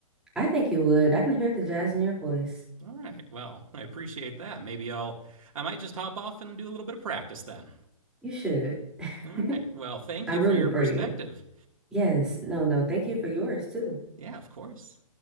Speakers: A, in the centre; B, on the right (about 65°).
A: I think you would. I can hear the jazz in your voice.
B: All right. Well, I appreciate that. Maybe I'll, I might just hop off and do a little bit of practice then.
A: You should.
B: All
A: <laughs>
B: right. Well, thank
A: I'm
B: you for
A: rooting
B: your
A: for
B: perspective.
A: you. Yes. No, no. Thank you for yours too.
B: Yeah, of course.